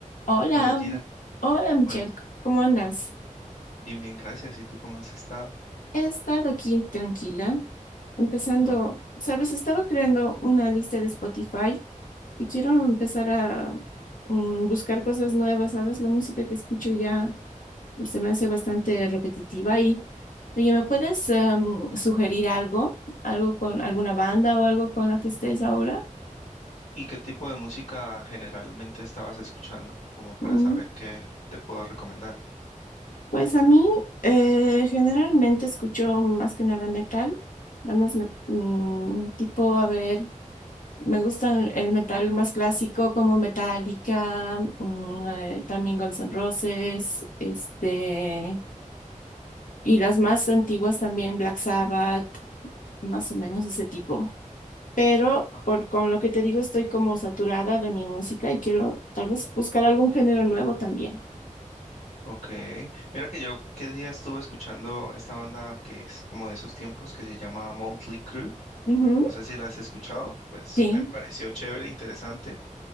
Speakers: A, on the left (about 75°); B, on the left (about 55°).
A: Hola,
B: Hola Gina,
A: hola Michelle,
B: hola,
A: ¿cómo andas?
B: bien, bien, gracias. ¿Y tú cómo has estado?
A: He estado aquí tranquila, empezando,
B: Ah,
A: sabes, estaba creando una lista de Spotify y quiero empezar a mm, buscar cosas nuevas, ¿sabes? La música que escucho ya se me hace bastante repetitiva y, oye, ¿me puedes em, sugerir algo? ¿Algo con alguna banda o algo con la que estés ahora?
B: ¿y qué tipo de música generalmente estabas escuchando? Como para
A: Mm.
B: saber qué te puedo recomendar.
A: Pues a mí eh, generalmente escucho más que nada metal, bandas me- mm, tipo, a ver, me gusta el el metal más clásico como Metallica, mm, eh, también Guns N' Roses, este, y las más antiguas también Black Sabbath, más o menos ese tipo. Pero
B: Ah,
A: por, con lo que te digo estoy como saturada de mi música y quiero tal vez buscar algún género nuevo también.
B: ok. Mira que yo qué día estuve escuchando esta banda que es como de esos tiempos que se llama Motley Crue.
A: Ujú,
B: No sé si la has escuchado, pues
A: sí.
B: me pareció chévere, interesante,